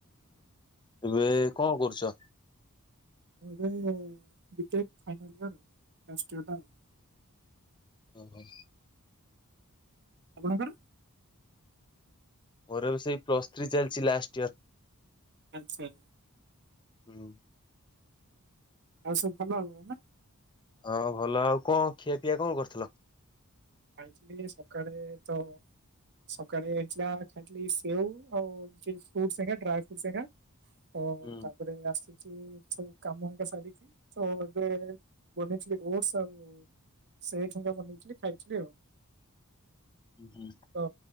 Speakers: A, on the left (about 20°); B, on the right (about 50°).
A: ଏବେ କଣ କରୁଛ?
B: ମୁଁ ଏବେ ବିଟେ ଫାଇନାଲ ଇା ଇା ଆଉ <inaudible>
A: ଓ ହ।
B: ଆପଣଙ୍କର
A: ମୋର ଏବେ ସେଇ ପ୍ଲସ ଥ୍ରୀ ଚାଲିଛି ଲାଷ୍ଟ୍ ଇୟର।
B: ଆଛା।
A: ହୁଁ।
B: ଆଉ ସବୁ ଭଲ ହବ ନା
A: ହଁ ଭଲ ଆଉ କଣ ଖିଆ ପିଆ କଣ କରିଥିଲ?
B: ଖାଇଥିଲି ସଖାଳେ ତ ସକାଳେ ହେଇଥିଲା ଖାଇଥିଲି ସେଉ ଆଉ ଚିପ୍ସି <inaudible> ଡ୍ରାଏ ଫ୍ରୁଟ୍ ସ ଘରିକା ଓ
A: ହୁଁ
B: ତାପରେ ଆସି ଏ ସବୁ କାମଙ୍କା ସାରିକି ତ ଏବେ ବନେଇଥିଲି ଓଟସ୍ ଆଉ ସେଠୁଙ୍ଗା ବନେଇଥିଲି ଖାଇଥିଲି ଆଉ।
A: ହୁଁ ହୁଁ।
B: ତ